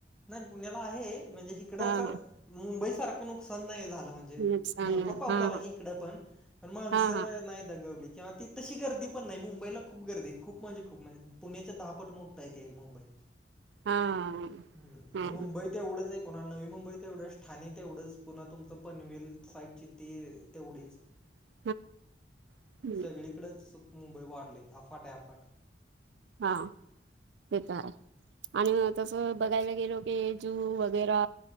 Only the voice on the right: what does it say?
हा
हा
नुकसान
नाही.
हा
हा हा
हा.
हा
<unintelligible> हम्म.
हा, ते त हाय. आणि तसं बघायला गेलो, की जू वगेरा